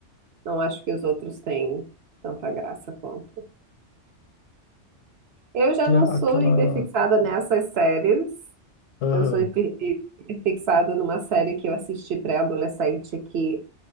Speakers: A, on the right; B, on the left.
A: não acho que os outros têm tanta graça quanto. Eu já
B: Tem
A: não
B: a-
A: sou
B: aquela.
A: hiperfixada nessas séries.
B: Aham.
A: Eu sou hiper- hiperfixada numa série que eu assisti pré-adolescente que